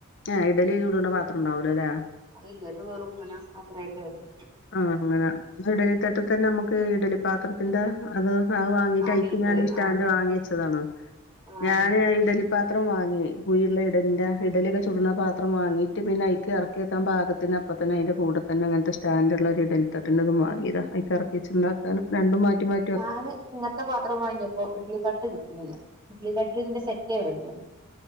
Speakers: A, on the left; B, on the right.
A: ഏഹ് ഇഡലി ചുട്ണ പത്രംണ്ടാവൂലലേ
B: അ ഇല്ല അത് വെറും ഇങ്ങനെ മാത്രായ്ട്ട് വരുന്നെ.
A: ആ അങ്ങനെ ഇഡലി തട്ട് തന്നെ നമ്മക്ക് ഇഡലി പാത്ര. ന്റെ അത് അഅ് വാങ്ങീട്ട്
B: ആ
A: ഐക്ക്
B: ഷേപ്പില്
A: ഞാൻ സ്റ്റാൻഡ്
B: ആഹ്
A: വാങ്ങി വെച്ചതാണ് ഞാന്
B: ആഹ്
A: ഇഡലിപ്പാ. ത്രം വാങ്ങി കുഴുള്ള ഇഡലിന്റെ ഇഡലിയൊക്കെ ചുട്ണ പാത്രം വാങ്ങീട്ട് പിന്നെ ഐക്കെറ് ക്ക്യക്കാൻ പാകത്തിന് അപ്പ തന്നെ അയ്ന്റെ കൂടെ തന്നെ ഇങ്ങൻത്തെ സ് സ്റ്റാന്റ്ള്ള ഒരു ഇഡലിത്തട്ട്ന്റെതും മാങ്ങീത ഐക് എറ്ക്കിയെച്ച്ണ്ടാക്കാൻ രണ്ടും മാറ്റി മാ
B: ഞാന് ഇങ്ങൻത്തെ പാത്രം വാങ്ങിയപ്പോ ഇഡലി തട്ട് കിട്ട്ണില്ല ഇഡ്ലി തട്ട്ന്റെ സെറ്റെ വര്നുള്ളു.